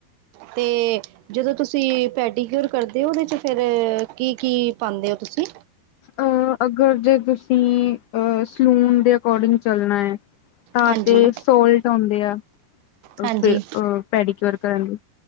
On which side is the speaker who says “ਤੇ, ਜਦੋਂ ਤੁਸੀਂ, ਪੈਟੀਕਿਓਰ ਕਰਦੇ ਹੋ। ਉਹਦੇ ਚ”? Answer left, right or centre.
Right